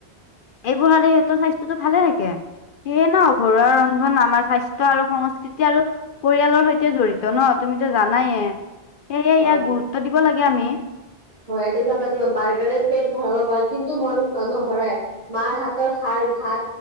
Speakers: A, on the left (about 60°); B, on the right (about 35°).
A: এইবোৰ খালে সিহঁতৰ স্বাস্থ্যতটো ভালে থাকে। সেয়ে ন ঘৰুৱা ৰন্ধন আমাৰ স্বাস্থ্য আৰু সংস্কৃতিৰ তেতিয়া আৰু পৰিয়ালৰ সৈতে জড়িত ন তুমিতো জানায়ে সে ইয়াক
B: হয়
A: গুৰুত্ব দিব লাগে। আমি
B: হয় এইটো চাবা তোমাৰ বাৰ্গাৰে পেট ভৰাব পাৰ, কিন্তু মন নভৰাই, মাৰ হাতৰ খাৰ ভাত